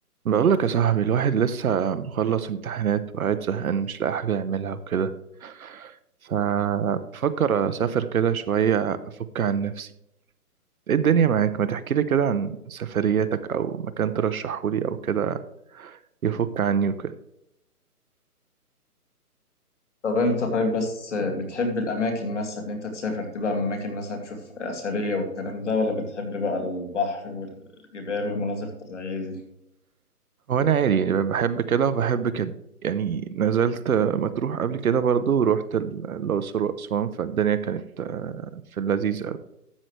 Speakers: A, on the right (about 65°); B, on the left (about 50°).
A: بقول لك يا صاحبي الواحد لسه مخلص امتحانات وقاعد زهقان مش لاقي حاجة يعملها وكده فبفكر أسافر كده شوية أفك عن نفسي إيه الدنيا معاك ما تحكي لي كده عن سفرياتك أو مكان ترشحه لي أو كده يفك عني وكده
B: طب انت طيب بس بتحب الاماكن مثلا اللي انت تسافر تبقى اماكن مثلا تشوف اثريه والكلام ده ولا بتحب بقى البحر والجبال والمناظر الطبيعيه دي
A: هو أنا عادي يعني بحب كده وبحب كده يعني نزلت مطروح قبل كده برضو ورحت ال- الأقصر وأسوان فالدنيا كانت آه، في اللذيذ